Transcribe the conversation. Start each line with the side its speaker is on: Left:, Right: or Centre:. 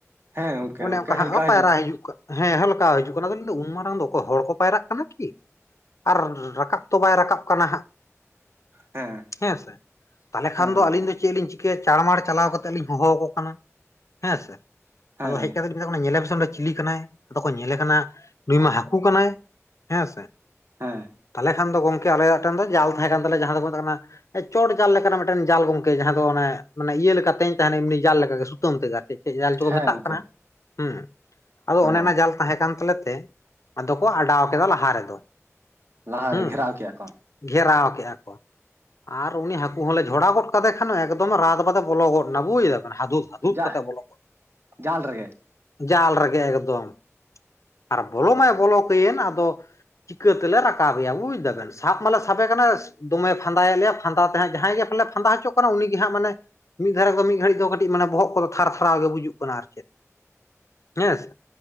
Right: ᱦᱮᱸ ᱜᱚᱝᱠᱮ
Left: ᱚᱱᱮ
Right: ᱜᱚᱝᱠᱮ
Left: ᱚᱱᱠᱟ
Right: ᱦᱮᱞᱠᱟ
Left: ᱦᱟᱜ ᱦᱚᱸ ᱯᱟᱭᱨᱟ ᱦᱤᱡᱩᱜ ᱠᱟᱱ ᱦᱮᱸ ᱦᱮᱞᱠᱟᱣ ᱦᱤᱡᱩᱜ ᱠᱟᱱᱟ ᱠᱤᱱᱛᱩ ᱩᱱ ᱢᱟᱨᱟᱝ ᱫᱚ ᱚᱠᱚᱭ ᱦᱚᱲ ᱠᱚ ᱯᱟᱭᱨᱟᱜ ᱠᱟᱱᱟ ᱠᱤ ᱟᱨ ᱨᱟᱠᱟᱵ ᱛᱚ ᱵᱟᱭ ᱨᱟᱠᱟᱵ ᱠᱟᱱᱟ ᱦᱟᱸᱜ
Right: ᱦᱮᱸ
Left: ᱦᱮᱸᱥᱮ ᱛᱟᱦᱚᱞᱮ
Right: ᱦᱮᱸ
Left: ᱠᱷᱟᱱ ᱫᱚ
Right: ᱜᱚᱝᱠᱮ
Left: ᱟᱹᱞᱤᱧ ᱫᱚ ᱪᱮᱫ ᱞᱤᱧ ᱪᱤᱠᱟᱹᱭᱟ ᱪᱟᱲᱢᱟᱲ ᱪᱟᱞᱟᱣ ᱠᱟᱛᱮᱜ ᱞᱤᱧ ᱦᱚᱦᱚ ᱣᱟᱠᱚ ᱠᱟᱱᱟ ᱦᱮᱸ ᱥᱮ
Right: ᱦᱮᱸ
Left: ᱟᱫᱚ
Right: ᱜᱚᱝᱠᱮ
Left: ᱦᱮᱡ ᱠᱟᱛᱮᱫ ᱠᱚ ᱠᱟᱱᱟ ᱧᱮᱞᱮ ᱯᱮᱥᱮ ᱚᱸᱰᱮ ᱪᱤᱞᱤ ᱠᱟᱱᱟᱭ ᱟᱫᱚ ᱠᱚ ᱧᱮᱞᱮ ᱠᱟᱱᱟ ᱱᱩᱭ ᱢᱟ ᱦᱟ. ᱠᱩ ᱠᱟᱱᱟᱭ ᱦᱮᱸ ᱥᱮ
Right: ᱦᱮᱸ
Left: ᱛᱟᱦᱚᱞᱮ ᱠᱷᱟᱱ ᱫᱚ ᱜᱚᱝᱠᱮ ᱟᱞᱮᱭᱟᱜ ᱴᱷᱮᱱ ᱫᱚ ᱡᱟᱞ ᱛᱟᱦᱮᱸ ᱠᱟᱱᱟ ᱡᱟᱦᱟᱸ ᱫᱚᱠᱚ ᱢᱮᱛᱟᱜ ᱠᱟᱱᱟ ᱪᱚᱴ ᱡᱟᱞ ᱞᱮᱠᱟᱱᱟᱜ ᱢᱤᱫᱴᱟᱝ ᱢᱤᱤᱫᱴᱟ. ᱝ ᱡᱟᱞ ᱜᱚᱝᱠᱮ ᱡᱟᱦᱟᱸ ᱫᱚ ᱚᱱᱮ ᱢᱟᱱᱮ ᱤᱭᱟᱹ ᱞᱮᱠᱟ ᱛᱮᱧ ᱛᱟᱦᱮᱱᱟ ᱮᱢᱱᱤ ᱡᱟᱞ ᱞᱮᱠᱟᱜᱮ ᱥᱩ ᱛᱟᱢ ᱛᱮ ᱜᱟᱜ ᱛᱮ ᱪᱮᱫ ᱡᱟᱞ ᱪᱚ ᱠᱚ
Right: ᱦᱮᱸ
Left: ᱢᱮᱛᱟᱜ
Right: ᱜᱚᱝᱠᱮ
Left: ᱠᱟᱱᱟ ᱦᱮᱸ ᱟᱫᱚ
Right: ᱦᱮᱸ
Left: ᱚᱱᱮ
Right: ᱜᱚᱝᱠᱮ
Left: ᱚᱱᱟ ᱡᱟᱞ ᱛᱟᱦᱮᱸ ᱠᱟᱱ ᱛᱟᱞᱮᱛᱮ ᱟᱫᱚ ᱠᱚ ᱚᱰᱟᱣ ᱠᱮᱫᱟ ᱞᱟᱦᱟ ᱨᱮᱫᱚ
Right: ᱞᱟᱦᱟᱨᱮ
Left: ᱦᱩᱸ
Right: ᱜᱷᱮᱨᱟᱣ ᱠᱮᱜᱼᱟ ᱠᱚ
Left: ᱜᱷᱮᱨᱟᱣ ᱠᱮᱜᱼᱟ ᱠᱚ ᱟᱨ ᱩᱱᱤ ᱦᱟᱹᱠᱩ ᱦᱚᱸᱞᱮ ᱡᱷᱚᱲᱟ ᱜᱚᱫ ᱠᱟᱫᱮ ᱠᱷᱟᱱ ᱮᱠᱫᱚᱢᱮ ᱨᱟᱫ ᱵᱟᱫᱮ ᱵᱚᱞᱚ ᱜᱚᱫ ᱮᱱᱟ ᱵᱩᱡ ᱮᱫᱟ ᱵᱮᱱ ᱦᱟᱫᱩᱥ ᱦᱟᱫᱩᱛ
Right: ᱡᱟ
Left: ᱠᱟᱛᱮ ᱵᱚᱞ ᱜᱚᱫ
Right: ᱡᱟᱞ ᱨᱮᱜᱮ
Left: ᱡᱟᱞ ᱨᱮᱜᱮ ᱮᱠᱫᱚᱢ ᱟᱨ ᱵᱚᱞᱚ ᱢᱟᱭ ᱵᱚᱞᱚ ᱠᱟ‌ᱹᱭᱮᱱ ᱟᱫᱚ ᱪᱤᱠᱟᱹ ᱛᱮᱞᱮ ᱨᱟᱠᱟᱵᱮᱭᱟ ᱵᱩᱡᱽ ᱫᱟᱵᱮᱱ ᱥᱟᱵ ᱢᱟᱞᱮ ᱥᱟᱵᱮ ᱠᱟᱱᱟ ᱫᱚᱢᱮ ᱯᱸᱫᱭᱮᱫ ᱞᱮᱭᱟ ᱯᱷᱟᱸᱫᱟ ᱛᱮᱦᱟᱸᱜ ᱡᱟᱦᱟᱸᱭ ᱜᱮᱭ ᱯᱷᱟᱸᱫᱟ ᱦᱚᱪᱚᱜ ᱠᱟᱱᱟ ᱩᱱᱤᱜᱮ ᱦᱟᱸᱜ ᱢᱟᱱᱮ ᱢᱤᱫ ᱫᱷᱟᱨᱮᱫᱚ ᱢᱤᱫ ᱜᱷᱟᱹᱲᱤᱡ ᱫᱚ ᱠᱟᱹᱴᱤᱡ ᱫᱚ ᱢᱟᱱᱮ ᱵᱚᱦᱚᱜ ᱠᱚᱫᱚ ᱛᱷᱟᱨ ᱛᱷᱟᱨᱟᱣ ᱜᱮ ᱵᱩᱡᱩᱜ ᱠᱟᱱᱟ ᱟᱨ ᱪᱮᱫ ᱦᱮᱸ ᱥᱮ